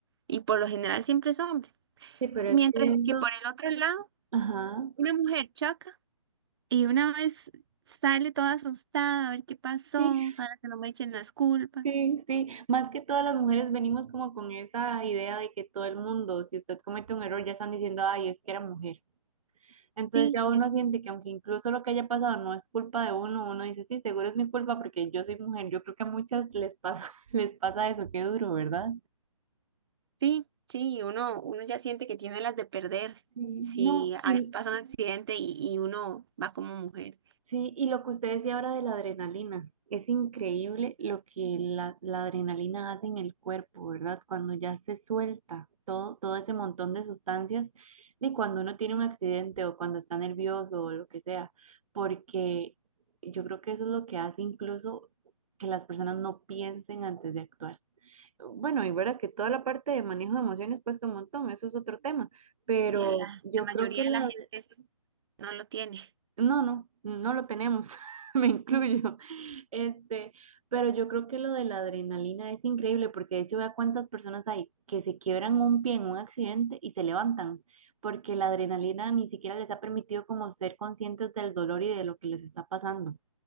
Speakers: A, on the right; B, on the right.
A: y por lo general siempre es hombre.
B: Sí, pero
A: Mientras
B: es que eso,
A: que por el otro lado,
B: ajá.
A: una mujer choca y una vez sale toda asustada a ver qué pasó,
B: Sí,
A: para que no me echen las culpas.
B: sí, sí. Más que todas las mujeres venimos como con esa idea de que todo el mundo, si usted comete un error, ya están diciendo, ay, es que era mujer. Entonces
A: Sí,
B: ya uno
A: es-
B: siente que aunque incluso lo que haya pasado no es culpa de uno, uno dice, sí, seguro es mi culpa porque yo soy mujer. Yo creo que a muchas les pasa, <laughs> les pasa eso, qué duro, ¿verdad?
A: sí, sí, uno, uno ya siente que tiene las de perder
B: Sí,
A: si
B: no, y,
A: ah, pasa un accidente y, y uno va como mujer.
B: Sí, y lo que usted decía ahora de la adrenalina, es increíble lo que la, la adrenalina hace en el cuerpo, ¿verdad? Cuando ya se suelta todo, todo ese montón de sustancias, y cuando uno tiene un accidente o cuando está nervioso o lo que sea, porque yo creo que eso es lo que hace incluso que las personas no piensen antes de actuar. Bueno, y verdad que toda la parte de manejo de emociones cuesta un montón, eso es otro tema, pero
A: y a la,
B: yo
A: la mayoría
B: creo que la,
A: de la gente eso no lo tiene.
B: no, no, no lo tenemos, <laughs> me incluyo.
A: Ujú.
B: Este, pero yo creo que lo de la adrenalina es increíble porque de hecho vea cuántas personas hay que se quiebran un pie en un accidente y se levantan porque la adrenalina ni siquiera les ha permitido como ser conscientes del dolor y de lo que les está pasando.